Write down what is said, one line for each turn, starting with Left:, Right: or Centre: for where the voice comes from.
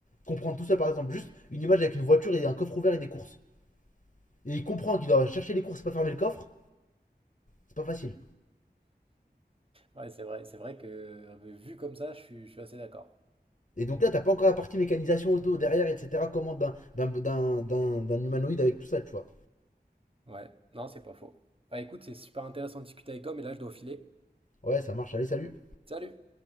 Left: Comprendre tout seul, par exemple, juste une image avec une voiture et un coffre ouvert et des courses. Et il comprend qu'il doit chercher les courses et pas fermer le coffre, c'est pas facile.
Right: Ouais, c'est vrai. C'est vrai que, heu, vu comme ça, je suis je suis assez d'accord.
Left: Et donc là, t'as pas encore la partie mécanisation auto derrière, etc. Comment d'un d'un- d'un- d'un- d'un humanoïde avec tout ça, tu vois.
Right: Ouais. Non, c'est pas faux. Bah, écoute, c'est super intéressant de discuter avec toi, mais là, je dois filer.
Left: Ouais, ça marche, allez, salut.
Right: Salut!